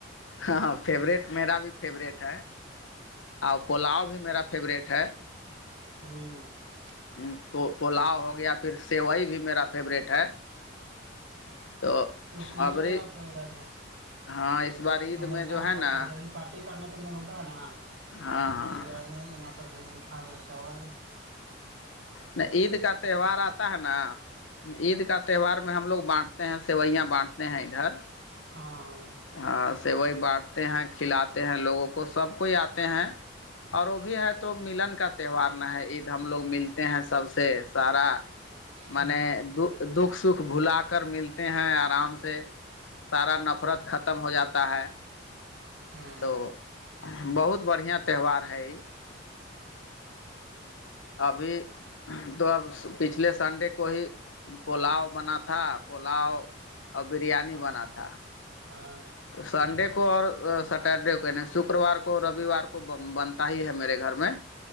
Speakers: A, on the left; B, on the right.
A: ہاں فیوریٹ میرا بھی فیوریٹ ہے اور پولاؤ بھی میرا فیوریٹ ہے
B: ہوں <unintelligible>
A: ہوں تو پلاؤ ہو گیا پھر سیوئی بھی میرا فیوریٹ ہے تو
B: پین
A: ابری
B: ویرا پا تھاا
A: ہاں اس بار عید
B: ہمیشہ
A: میں جو ہے
B: کٹ
A: نا
B: ج پارٹی کرنے کا من ہوتا ہے نا
A: ہاں ہاں
B: بریانی ا تو پھرٹان چاول
A: نہ عید کا تہوار آتا ہے نا عید کا تہوار میں ہم لوگ بانٹتے ہیں سوئیاں بانٹتے ہیں ادھر
B: ہاں ہاں <unintelligible>
A: ہاں س وہی بانٹتے ہیں کھلاتے ہیں لوگوں کو سب کوئی آتے ہیں <unintelligible> اور وہ بھی ہے تو ملن کا تہوار ن ہے عید ہم لوگ ملتے ہیں سب سے <unintelligible> سارا مانے
B: ہاں
A: دو <unintelligible> دکھ سکھ بھلا کر ملتے ہیں آرام سے سارا نفرت ختم ہو جاتا ہے
B: ہاں
A: تو بہت بڑھیا تہوار ہے ابھی تو اب پچھلے سنڈے کو ہی پلاؤ بنا تھا پلاؤ اور بریانی
B: ہاں
A: بنا
B: ہاں
A: تھا
B: ہاں
A: تو سنڈے کو اور سٹرڈے کو کہنے شکروار کو رویوار کو بنتا ہی ہے میرے گھر میں